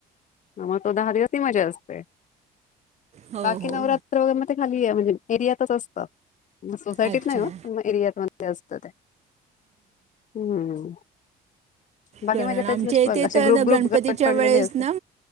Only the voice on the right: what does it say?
हो
हो
अच्छा
कारणं
आमच्या इथे
तर
गणपतींच्या
वेळेस
ना.